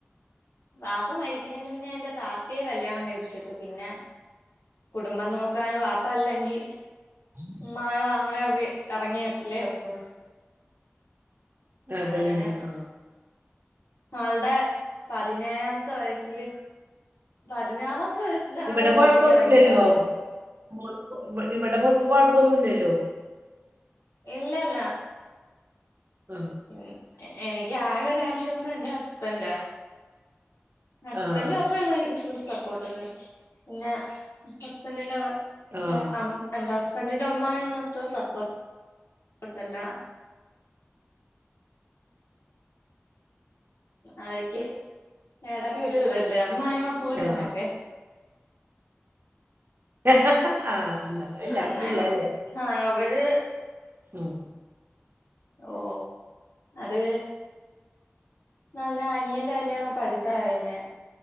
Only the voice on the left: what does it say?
വാപ്പ മരിക്കുന്നതിന് മുന്നേ എൻറെ താത്തായെ കല്യാണം കഴിപ്പിച്ചിട്ടു പിന്നെ കുടുംബം നോക്കാൻ വാപ്പല്ലെങ്കിൽ
ഉമ്മയോ അങ്ങളെയോ വി എറങ്ങിയല്ലേ ഒക്കൂ.
അങ്ങനെ
ആൾടെ പതിനേഴാമത്തെ വയസ്സില് പതിനാറാമത്തെ വയ ഇന്നങ്ങണ്ടെ
ജോലിക്കറങ്ങിയതാ.
ഇല്ലല്ല
എ എനിക്ക് ആകെരുശ്വാസം എന്റെ ഹുസ്‌ബെന്റ ഹസ്ബൻഡ്
മാത്രള്ളോ എനിക്ക് ഫുൾ സപ്പോർട്ട് പിന്നെ ഹസ്ബൻഡിന്റെ മ്മ
എന്റെ ഹസ്ബൻഡിന്റെ ഉമ്മ അത്ര സപ്പോർട്ടല്ല അവർക്ക് ഇടക്ക ഒരു <unintelligible> അമ്മായ്യ്യമ്മ പോരാണൊക്കെ
അന്നേരം
ആഹ് അവര്
ഓ അത് ഞങ്ങ അന്യൻന്റെ കല്യാണം ഇപ്പടുത്ത കഴിഞ്ഞേ